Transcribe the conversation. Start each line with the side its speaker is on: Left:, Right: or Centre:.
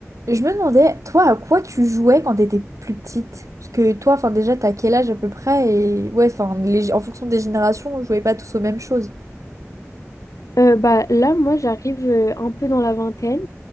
Right: Je me demandais, toi, à quoi tu jouais quand t'étais plus petite? Parce que toi, enfin déjà, t'as quel âge à peu près? Et ouais, enfin, les- en fonction des générations, on jouait pas tous aux mêmes choses.
Left: Euh, bah, là, moi, j'arrive euh, un peu dans la vingtaine.